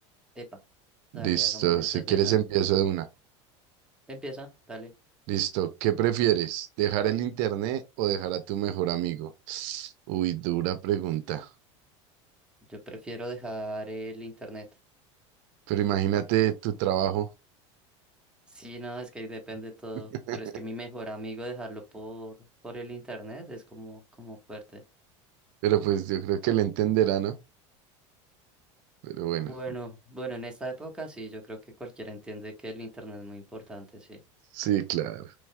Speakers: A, in the centre; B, on the right.
A: Epa,
B: Listo,
A: dale, hagámosle
B: si
A: entonces
B: quieres
A: de esa.
B: empiezo de una.
A: Empieza, dale.
B: Listo, ¿qué prefieres? ¿Dejar el internet o dejar a tu mejor amigo? Uy, dura pregunta.
A: Yo prefiero dejar el internet.
B: Pero imagínate tu trabajo.
A: Sí, no, es que ahí depende todo,
B: <laughs>
A: pero es que mi mejor amigo dejarlo por, por el internet es como, como fuerte.
B: Pero pues yo creo que le entenderá, ¿no? Pero bueno,
A: Bueno, bueno, en esta época sí, yo creo que cualquiera entiende que el internet es muy importante, sí.
B: sí, claro.